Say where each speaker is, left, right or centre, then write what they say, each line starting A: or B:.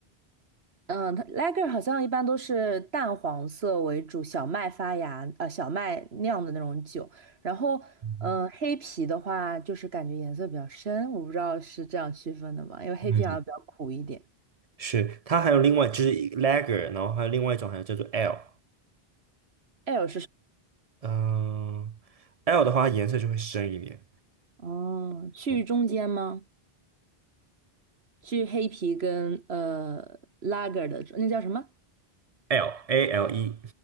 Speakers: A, on the right; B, on the right.
A: 嗯，它 lager 好像一般都是淡黄色为主，小麦发芽，呃，小麦酿的那种酒。然后，
B: 嗯，
A: 嗯、黑啤的话，就是感觉颜色比较深，我不知道是这样区分的吗？因为黑啤好像比较苦一点。
B: 嗯是，它还有另外就是 Lager，然后还有另外一种，还有叫做 L，L，
A: ale 是什
B: 嗯，L 的话它颜色就会深一点。
A: 么？哦，去中间吗？
B: 嗯
A: 去黑啤跟呃 lager 的那叫什么
B: ，L A L E，